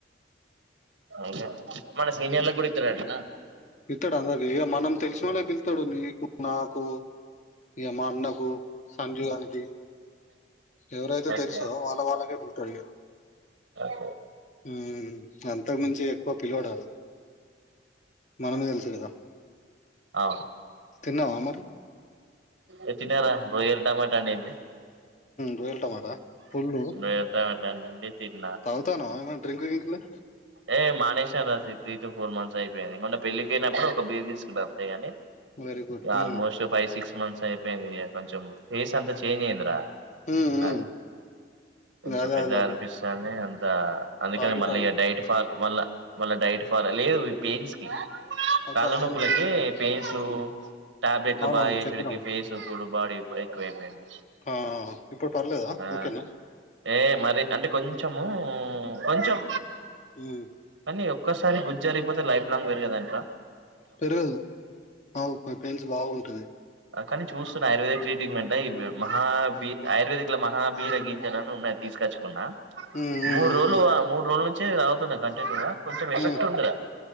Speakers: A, on the right; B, on the left.
A: అవునులే మన సీనియర్ లగూడ ఇతు ఇతరంటానా
B: ఇత్తాడా అందది మనం తెలిసిన వాళ్ళ పిళ్తాడు నీకు నాకు ఇగ మా అన్నకు సంజీవ్ గానికి ఎవరైతే
A: ఓకే
B: తెలుసో వాళ్ళ వాళ్ళకే పిలుతాడు ఇగ
A: ఓకే
B: ఉహు అంతకు మించే ఎక్కువ పిలువడు వాడు మనమే తెలుసు కదా
A: అవును
B: తిన్నావా మరీ
A: ఏ తిన్నారా రోయల్ టమాటా అనేది
B: రోయల్ టమాటా పుల్
A: రొయ్యల టమాటా అండింది తిన్నా
B: తాగుతానవ ఏమ డ్రింక్ ఇట్లా
A: ఏ మానేసా రా సి త్రీటు ఫోర్ మంత్స్ అయిపోయింది. మొన్న పెళ్ళికి వెళ్ళినప్పుడు ఒక బీర్ తీసుకున్నా అంతేగాని
B: వెరీ గుడ్
A: ఇక
B: ఉమ్
A: ఆల్మోస్ట్ ఫైవ్ సిక్స్ మంత్స్ అయిపోయిందిక కొంచెం ఫేస్ అంతా చేంజ్ అయిందిరా.
B: ఉమ్
A: అదే
B: ఉమ్
A: కొంచెం
B: అదే
A: పెద్దగ
B: అదే అదే
A: అనిపిస్తాంది. అంత అందుకని
B: తాగి
A: మళ్ళీ
B: తాగి
A: డైట్ ఫాల్ మళ్ళ మళ్ళా డైట్ ఫాల్ లేదు పెయిన్స్ కి
B: అచ్చా
A: కాళ్ళనొప్పులకి
B: అవును చెప్పినవు
A: పెయిన్సు
B: అవును
A: టాబ్లెట్లు
B: అవునవును
A: బాగా ఏసుడికి
B: చెప్పినవు
A: ఫేస్ ఇప్పుడు బాడీ ఏక్కువ ఐపోయింది
B: ఆ ఇప్పుడు పర్లేదా
A: ఆ
B: ఓకేనా
A: ఏ మరీ అంటే కొంచము కొంచం
B: ఉమ్
A: పని ఒక్కసారి గుజ్జరిగిపోతే లైఫ్ లాంగ్ పెరుగదు అంట.
B: పెరుగదు ఆవు పెయిన్స్ బాగుంటది
A: కానీ చూస్తున్నా ఆయుర్వేదిక్ ట్రీట్మెం అంట. ఈ మహాభీ ఆయుర్వేదిక్ లో మహార గింజన్ అని ఉన్నాది తీసుకచ్చుకున్నా
B: హ్మ్ హ్మ్
A: మూడు
B: హ్మ్
A: రోజులు మూడు రోజుల నుంచి తాగుతున్న కంటిన్యూగా కొంచెం ఎఫెక్ట్
B: హ్మ్
A: ఉందిరా